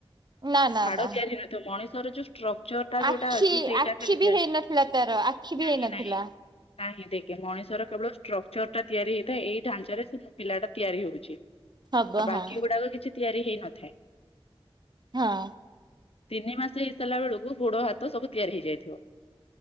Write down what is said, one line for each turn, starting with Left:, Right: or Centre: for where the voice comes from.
Right: ନା ନା
Left: ହାଡ
Right: ନା
Left: ତିଆରି ନଥିବ ମଣିଷର ଯୋଉ ଷ୍ଟ୍ରକ୍ ଚରଟା
Right: ଆଖି
Left: ଯୋଉଟା ଅଛି ସେଇଟା
Right: ଆଖି
Left: ଖାଲି
Right: ବି
Left: ତିଆରୀ
Right: ହେଇନଥିଲା ତାର ଆଖି ବି
Left: ନାଇଁ
Right: ହେଇନଥିଲା
Left: ନାଇଁ। ନାହିଁ ଦେଖେ ମଣିଷର କେବଳ ଷ୍ଟ୍ରକ୍ଚର ଟା ତିଆରି ହେଇଥାଏ ଏଇ ଢାଞ୍ଚାରେ ସେ ପିଲାଟା ତିଆରି ହଉଛି
Right: ହବ
Left: ଆଉ ବାକି
Right: ହଁ
Left: ଗୁଡାକ କିଛି ତିଆରି ହେଇନଥାଏ।
Right: ହଁ।
Left: ତିନି ମାସ ହେଇ ସାରିଲା ବେଳକୁ ଗୋଡ ହାତ ସବୁ ତିଆରି ହେଇଯାଇଥିବ।